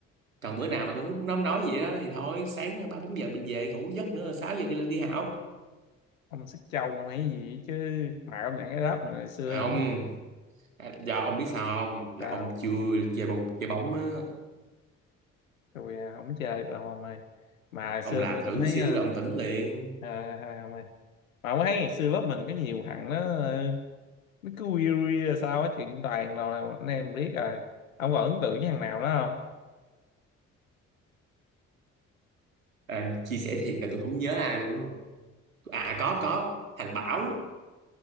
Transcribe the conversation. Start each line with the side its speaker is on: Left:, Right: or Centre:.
Right: còn bữa nào mà tụi nó nó không nói gì đó thì thôi sáng ba bốn giờ mình về ngủ giấc nữa sáu giờ đi lên đi học
Left: ông xách trâu hay gì chứ mà ông nhận cái ráp mình hồi xưa
Right: À, không
Left: nữa.
Right: À, Dạ ông biết sao không? Dạ
Left: sao
Right: ông chưa chơi bóng, chơi bóng á,
Left: tôi à, không chơi được đâu ông ơi mà hồi
Right: ông
Left: xưa
Right: làm
Left: tôi cũng
Right: thử
Left: thấy
Right: xíu
Left: ờ,
Right: là ông tỉnh liền.
Left: à, à, ông ơi mà ông thấy ngày xưa lớp mình có nhiều thằng nó ờ, nó cứ weary rồi sao á chuyện toàn rồi anh em biết rồi ông còn ấn tượng với thằng nào đó không
Right: À, chia sẻ thiệt là tôi không nhớ ai luôn không? À có có, thằng Bảo.